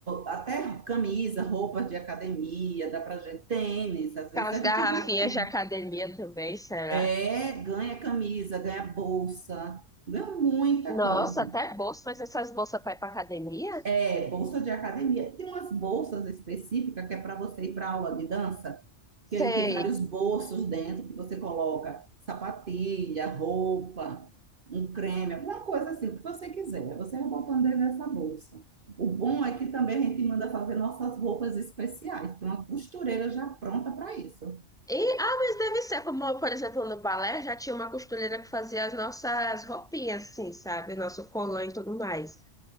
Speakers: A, on the right; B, in the centre.
A: até camisa, roupas de academia, dá pra gente tênis, às
B: aquelas
A: vezes a
B: garrafinhas
A: gente ganha tênis.
B: de academia também, será?
A: É, ganha camisa, ganha bolsa, ganha muita
B: Nossa,
A: coisa.
B: até bolsa, mas essas bolsas para ir para academia?
A: É, bolsa de academia. Tem umas bolsas específicas que é para você ir para aula de dança
B: Sei.
A: que aí tem vários bolsos dentro que você coloca sapatilha, roupa, um creme, alguma coisa assim, o que você quiser. Você vai botando dentro dessa bolsa. O bom é que também a gente manda fazer nossas roupas especiais. Tem uma costureira já pronta para isso.
B: E, ah, mas deve ser, como, por exemplo, no balé já tinha uma costureira que fazia as nossas roupinhas, assim, sabe? Nosso colã e tudo mais.